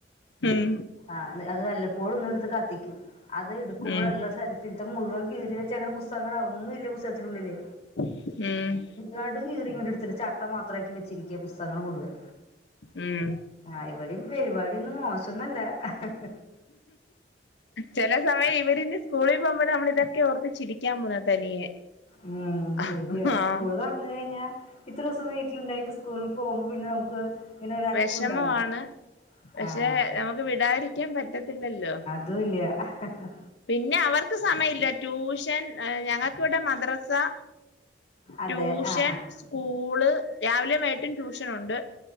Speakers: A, on the left (about 70°); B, on the left (about 40°).
A: ഉം
B: ആഹ് അത് അത് വല്ലപ്പോഴും ഒന്ന് ഇട്ത്ത് കത്തിക്കും അത് ഇട്ക്കുമ്പഴ്ള്ള
A: ഉം
B: സെൽ ഇത് ത്തെ മുഴുവൻ കീറി വെച്ച എങ്ങനെ പുസ്തകങ്ങള ഒന്നും ഇല്ല പുസ്തകത്തിനുള്ളില്
A: ഉം
B: നടുകീറി ഇങ്ങട്ട് ഇട്ത്ത്ട്ട് ചട്ട മാത്രാക്കി വെച്ചിരിക്യാ പുസ്തകങ്ങങ്ങള് മുഴുവൻ
A: ഉം
B: ആഹ് ഇവടീം പെരിവാടിയൊന്നും മോശാെന്നല്ല എഹ് ഹ്
A: ചെല സമയം ഇവടിണ്ട് സ്കൂളിൽ പോവുമ്പാെ നമ്മളിതെക്കെ ഓർത്ത് ചിരിക്കാൻ പോവുന്നത് തനിയെ
B: ഉം
A: ആഹ്
B: ശരിയാ സ്കൂള്താെർന്ന് കെയിഞ്ഞാ ഇത്രൂസം വീട്ടില് ഇണ്ടായിട്ട് സ് സ്കൂളിൽ പോവുമ്പാെ പിന്നെ നമുക്ക് ഇങ്ങനെ ഒരു അനക്കം
A: വെഷമവാണ്
B: ഉണ്ടാവില്ല
A: പക്ഷെ
B: ആഹ്
A: നമുക്ക് വിടാഇരിക്കാൻ പറ്റത്തില്ലല്ലോ
B: ഒന്നുല്യാ അഹ് എഹ് ഹെ
A: പിന്നെ അവർക്ക് സമയല്യ ട്യൂഷൻ ഏഹ് ഞങ്ങക്ക് ഇവ്ടെ മദ്റസാ
B: അതെ
A: ട്യൂഷൻ
B: ആഹ് ആഹ്
A: സ്കൂള് രാവിലെ വൈകിട്ടും ട്യൂഷനുണ്ട്